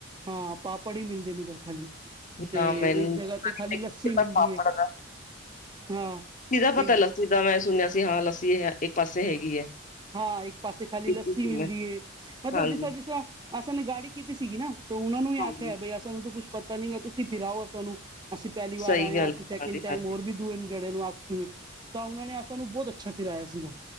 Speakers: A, on the right; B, on the left.
A: ਹਾਂ ਪਾਪੜ ਹੀ ਮਿਲਦੇ ਨੇ ਉਧਰ ਖਾਲੀ।
B: ਨਾ
A: ਤੇ
B: ਮੈਨੂੰ
A: ਇੱਕ ਜਗ੍ਹਾ ਤੇ ਖਾਲੀ ਲੱਸੀ
B: ਪਾਪੜ
A: ਮਿਲਦੀ ਏ, ਹਾਂ।
B: ਸੀ ਦਾ ਪਤਾ
A: ਇੱਕ
B: ਲੱਸੀ ਦਾ ਮੈਂ ਸੁਣਿਆ ਸੀ ਹਾਂ ਲੱਸੀ ਇੱਕ ਪਾਸੇ ਹੈਗੀ ਹੈ।
A: ਹਾਂ ਇੱਕ ਪਾਸੇ ਖਾਲੀ
B: ਪੀਤੀ
A: ਲੱਸੀ
B: ਸੀ
A: ਮਿਲਦੀ
B: ਮੈਂ
A: ਏ, ਮਤਲਬ
B: ਹਾਂਜੀ,
A: ਜਿਸ ਤਰ੍ਹਾਂ ਜਿਸ ਤਰ੍ਹਾਂ ਅਸਾਂ ਨੇ ਗਾੜੀ ਕੀਤੀ ਸੀਗੀ ਨਾ ਤਾਂ ਉਹਨਾਂ ਨੂੰ ਹੀ
B: ਹਾਂਜੀ
A: ਆਖਿਆ ਹੈ, ਬਈ ਅਸਾਂ ਨੂੰ ਤਾਂ ਕੁਛ ਪਤਾ ਨੀ ਹੈ, ਤੁਸੀਂ ਫਿਰਾਓ ਸਾਨੂੰ। ਅਸੀਂ ਪਹਿਲੀ ਵਾਰ
B: ਸਹੀ
A: ਆਏ
B: ਗੱਲ
A: ਹਾਂ, ਅਸੀਂ ਸੈਕਿੰਡ
B: ਹਾਂਜੀ,
A: ਟਾਈਮ
B: ਹਾਂਜੀ।
A: ਹੋਰ ਵੀ ਦੂਏ ਜੜੇ ਨੂੰ ਆਖਤੀ। ਤਾਂ ਉਹਨਾਂ ਨੇ ਅਸਾ ਨੂੰ ਬਹੁਤ ਅੱਛਾ ਫਿਰਾਇਆ ਸੀਗਾ।